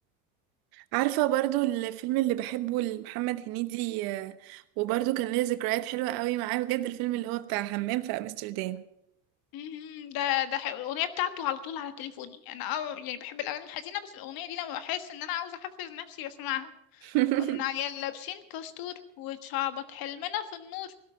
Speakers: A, on the right; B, on the left.
A: عارفة برضو الفيلم اللي بحبه لمحمد هنيدي آه، وبرضو كان ليا ذكريات حلوة قوي معاه بجد الفيلم اللي هو بتاع همام في أمستردام
B: مهم. ده ده حلو. الأغنية بتاعته على طول على تليفوني أنا أه يعني بحب الأغاني الحزينة بس الأغنية دي لما بحس إن أنا عاوزة أحفز نفسي بسمعها
A: <laughs>
B: كنا عيال لابسين كاستور وشعبط حلمنا في النور